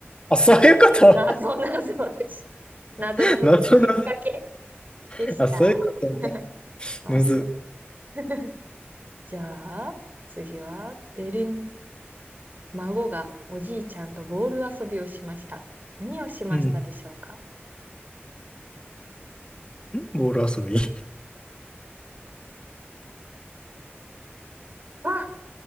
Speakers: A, on the left (about 25°); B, on the right (about 45°).
A: あ、そういうこと
B: 謎謎でした。謎謎というか、
A: <laughs> なぞなぞ
B: 引っ掛けでした。
A: <laughs>。あ、そういうことか。
B: <laughs> は
A: むず。
B: い。じゃあ、次は、でるん。孫がおじいちゃんとボール遊びをしました。何をしましたでしょうか
A: うん。んボール遊び
B: あ、